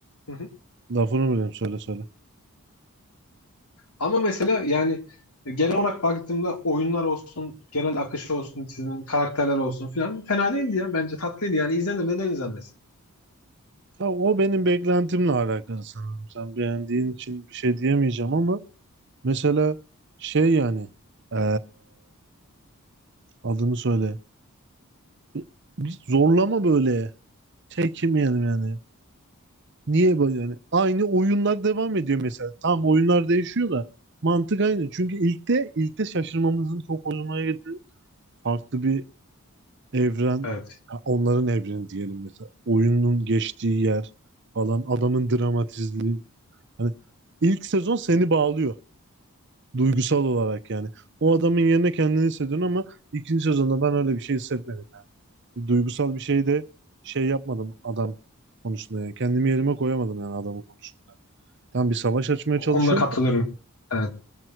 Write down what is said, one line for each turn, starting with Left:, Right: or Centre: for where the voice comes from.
Left: Hı hı.
Right: Lafını bileyim söyle söyle.
Left: Ama mesela yani e, genel olarak baktığımda oyunlar olsun, genel akışı olsun, çizim, karakterler olsun filan fena değildi ya. Bence tatlıydı yani. İzlenir neden izlenmesin?
Right: Ha, o benim beklentimle alakalı sanırım. Sen beğendiğin için bir şey diyemeyeceğim ama mesela şey yani eee, adını söyle. Bir, bir zorlama böyle. Çekinmeyelim yani. Niye böyle yani? Aynı oyunlar devam ediyor mesela. Tamam oyunlar değişiyor da mantık aynı. Çünkü ilkte ilkte şaşırmamızın çok hoşuma gitti. Farklı bir evren,
Left: Evet.
Right: ha, onların evreni diyelim mesela. Oyunun geçtiği yer falan, adamın dramatizliği. Hani ilk sezon seni bağlıyor duygusal olarak yani. O adamın yerine kendini hissediyorsun ama ikinci sezonda ben öyle bir şey hissetmedim yani. Duygusal bir şey de şey yapmadım adam konusunda yani. Kendimi yerime koyamadım yani adamın konusunda. Tam bir savaş açmaya
Left: O
Right: çalışıyorsun
Left: konuda katılıyorum.
Right: da
Left: Evet.